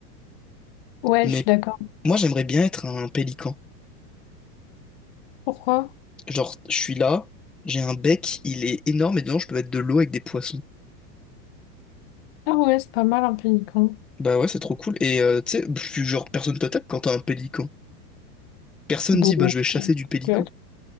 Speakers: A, on the left; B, in the centre.
A: Ouais,
B: Mais
A: je suis d'accord.
B: moi, j'aimerais bien être un pélican.
A: Pourquoi?
B: Genre, je suis là, j'ai un bec, il est énorme, et dedans, je peux mettre de l'eau avec des poissons.
A: Ah ouais, c'est pas mal un pélican.
B: Bah ouais, c'est trop cool. Et euh, tu sais, pff, genre, personne t'attaque quand t'as un pélican. Personne
A: Bon,
B: dit, bah, je vais chasser du pélican.
A: ok.